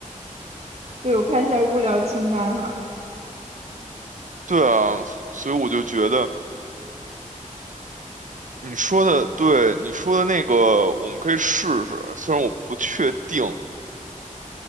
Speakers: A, on the right; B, on the right.
A: 对，我看一下物料清单哈，
B: 对啊，所以我就觉得。你说的对，你说的那个我们可以试试，虽然我不确定，